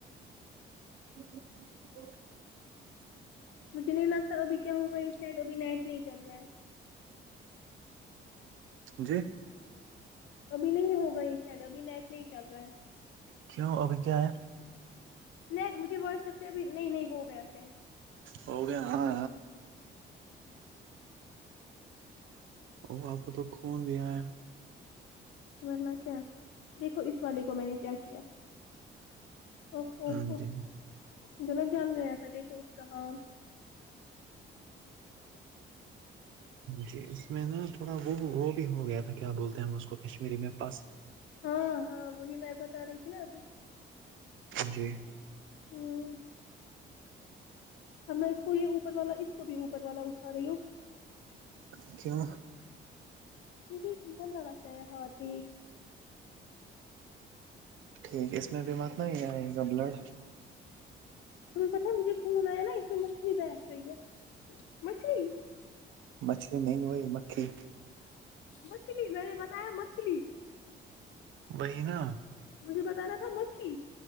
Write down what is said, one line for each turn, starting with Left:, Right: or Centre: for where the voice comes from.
Right: <unintelligible>
Left: مجھے نہیں لگتا ابھی کیا ہوگا اس سیٹ ابھی نیٹ نہیں چل رہا ہے
Right: جی
Left: ابھی نہیں ہوگا یہ سڈ ابھی نیٹ نہیں چل رہا ہے
Right: کیوں ابھی کیا ہے
Left: ن مجھے واٹس ایپ سے اب نہیں نہیں ہو گیا سینڈ
Right: ہو گیا ہاں اور وہاں پہ تو گوم گیا ہے
Left: ورناہ کیا دیکھو اس والے کو میں نے کیا کیا او اوو
Right: ہاں جی
Left: جو نا جل گیا تھا دیکھو اس کا حال
Right: جی اس میں نا تھوڑا وہ وہ بھی ہو گیا تھا کیا بولتے ہیں ہم اس کو کشمیری میں پس
Left: ہاں ہاں وہی میں بتا رہی تھی نا ابھی
Right: جی
Left: ہوں ا میں اس کو یہ اوپر والا اس کو بھی اوپر والا اٹا رہی ہوں
Right: ا کیا
Left: مجھے گندا لگتا ہے ہ پ
Right: ٹھیک اس میں بھی متنا ہی آئے گا بلڈ
Left: تم کو تھا مجھے خون آیا نا اسے مچھلی بیٹھ رہی ہے مچھلی
Right: مچھلی نہیں ہوئی مکھی
Left: مچھلی میں نے بتایا مچھلی
Right: بہ نا
Left: مجھے بتانا تھا مکھی